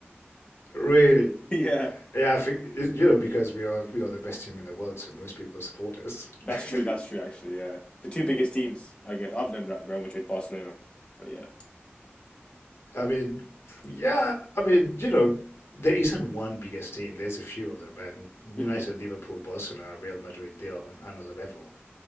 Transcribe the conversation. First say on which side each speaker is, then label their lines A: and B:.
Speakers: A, on the left; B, on the left.
A: Really.
B: <laughs> yeah,
A: Yeah, I think it- you know because we are we are the best team in the world, so most people support us.
B: that's
A: <laughs>
B: true. That's true. Actually, yeah, the two biggest teams, I guess, other than Real Madrid, Barcelona. But yeah.
A: I mean, yeah, I mean, you know, there isn't one biggest team. There's a few of them, and United,
B: Mm-hmm.
A: Liverpool, Barcelona, Real Madrid, they are on another level.